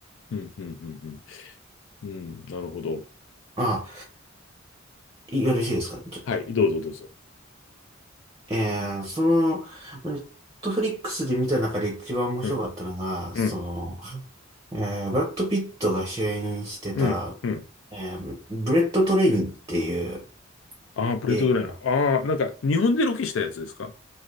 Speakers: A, on the left; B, on the right.
A: うん、うん、うん、うん。うん、なるほど。
B: あ、よろしいですかね、ちょっと。
A: はい、どうぞ、どうぞ。
B: えーその、ネットフリックスで見た中で一番面白かったのが、
A: うん、うん、
B: その、えーブラッド・ピットが主演してた、
A: うん、うん。
B: えーブレット・トレインっていう
A: ああ、プレートドライヤー。
B: 映画。
A: ああ、なんか、日本でロケしたやつですか